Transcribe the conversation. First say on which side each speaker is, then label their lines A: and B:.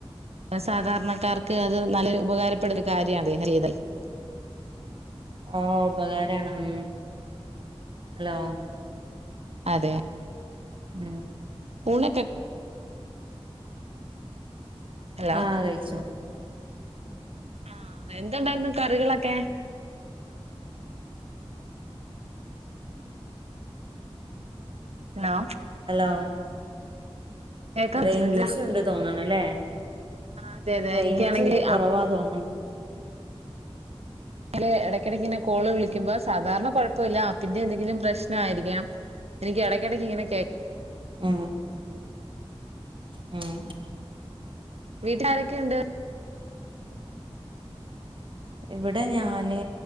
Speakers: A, on the right (about 80°); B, on the right (about 55°).
A: സാധാരണക്കാർക്ക് അത് നല്ലൊരു ഉപകാരപ്പെട ഒരു കാര്യണ് <unintelligible>
B: അന ഉപകാരാണ് മ് ഹലോ..
A: അതെ,
B: ഉം,
A: ഊണക്ക ഹലോ
B: ആഹ് കഴിച്ചു,
A: ആഹ്, എന്തുണ്ടായിരുന്നു കറികളൊക്കെ, ഹലോ,
B: ഹലോ,
A: കേക്കാൻ
B: റേഞ്ച്
A: പറ്റുന്നില്ല
B: ഇഷ്യുണ്ട് തോന്നണല്ലേ
A: ആഹ് അതെ അതെ
B: റേയ്ഞ്ച്
A: എനിക്കാണെങ്കിൽ
B: കൊറവാ തോന്നണ്,
A: ല് ഇടയ്ക്കിടയ്ക്ക്ങ്ങനെ കോള് വിളിക്കുമ്പോ സാധാരണ കുഴപ്പല്ല ആപ്പിന്റെ എന്തെങ്കിലും പ്രശ്നം ആയിരിക്കാം, എനിക്ക്‌ ഇടക്കടക്ക്ങ്ങനെ കേ
B: ഉം ഉം
A: വീട്ടിലാരൊക്കെ ഉണ്ട്?
B: ഇവിടെ ഞാന്